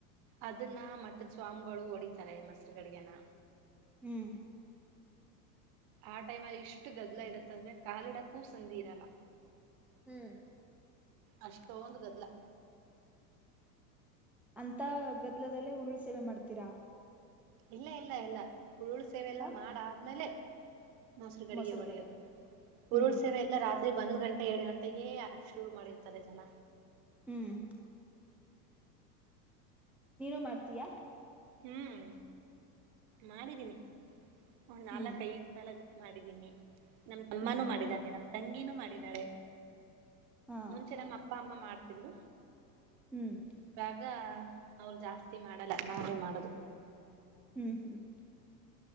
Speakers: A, on the right; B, in the centre.
A: ಅದನ್ನ ಮಟ್ಟ ಸ್ವಾಮಿಗಳು ಹೊಡಿತ ಾರೆ ಮಸ್ರು ಗಡಿಗೆನ
B: ಹ್ಮ್
A: ಆ ಟೈಮ್ ಅಲ್ಲಿ ಇಷ್ಟು ಗದ್ಲ ಇರತ್ತ ಅಂದ್ರೆ ಕಾಲಿಡಕ್ಕೂ ಸಂದಿ ಇರಲ್ಲ.
B: ಹ್ಮ್.
A: ಅಷ್ಟೊಂದು ಗದ್ಲಾ.
B: ಅಂತಾ ಗದ್ಲದಲ್ಲೇ ಉರುಳು ಸೇವೆ ಮಾಡ್ತೀರಾ.
A: ಇಲ್ಲ ಇಲ್ಲ ಇಲ್ಲ. ಹುರುಳು ಸೇವೆ ಎಲ್ಲ
B: ಹ
A: ಮಾಡಾದ್ಮೇಲೆ. ನಸರುಗಡಿಗೆ
B: ಮೊಸರುಗಡಿಗೆ
A: ಹೊಡಿಯೋದು ಉುರುಳ
B: ಹ್ಮ್
A: ಸೇವೆ ಎಲ್ಲ ರಾ. ಅದೆ ಒಂದ್ ಗಂಟೆ ಎರಡು ಗಂಟೆಗೆ ಶುರು ಮಾಡಿರ್ತಾರೆ ಜನ.
B: ಹ್ಮ್. ನೀನು ಮಾಡ್ತೀಯಾ.
A: ಹ್ಮ್ ಮಾಡಿದೀನಿ. ಒಂದ್ ನಾಲ್ಕ
B: ಹ್ಮ್
A: ಐದ್ ಸಲ. ಮಾಡಿದ್ದೀನಿ. ನಮ್ದ ತಮ್ಮನೂ
B: ಹ್ಮ್
A: ಮಾಡಿದ್ದಾನೆ. ತಂಗೀನುೂ ಮಾಡಿದಾಳೆ.
B: ಹಾ
A: ಮುಂಚೆನಮ್ಮ ಅಪ್ಪಾ ಅಮ್ಮ. ಮಾಡ್ತಿದ್ರು.
B: ಹ್ಮ್.
A: ಇವಾಗ ಅವ್ರು ಜಾಸ್ತಿ ಮಾಡಲ್ಲ ನಾವೇ ಮಾಡ. ಮಾಡದು.
B: ಹ್ಮ್ ಹ್ಮ್.